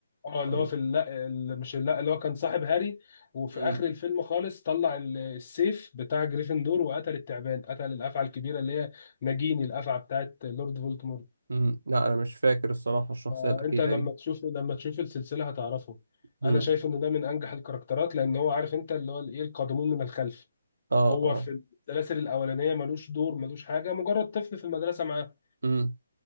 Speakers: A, on the left (about 35°); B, on the right (about 85°).
A: اه
B: ولا
A: اللي هو في لا ال- مش لا اللي هو كان صاحب هاري وفي
B: امم
A: اخر الفيلم خالص طلع ال- السيف بتاع جريفندور وقتل التعبان قتل الافعى الكبيره اللي هي ناجيني الافعى بتاعت لورد فولدمورت
B: امم لا انا مش فاكر الصراحه الشخصيه
A: ما
B: الاخيره
A: انت لما
B: دي
A: تشوف لما تشوف السلسله هتعرفه
B: امم
A: انا شايف ان ده من انجح الكاركترات لان هو عارف انت اللي هو ايه القادمون من الخلف
B: اه
A: هو
B: اه
A: في السلاسل الاولانيه ملوش دور ملوش حاجه مجرد طفل في المدرسه معاه
B: امم